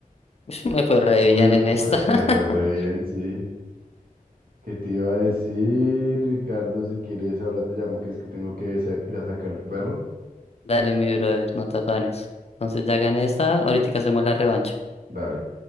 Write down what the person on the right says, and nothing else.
Uy,
me
fue-
te fue re bien, sí. ¿Qué te iba a decir, Ricardo? Si quieres, ahora te llamo, que es que tengo que sa- ir a sacar el perro.
Dale.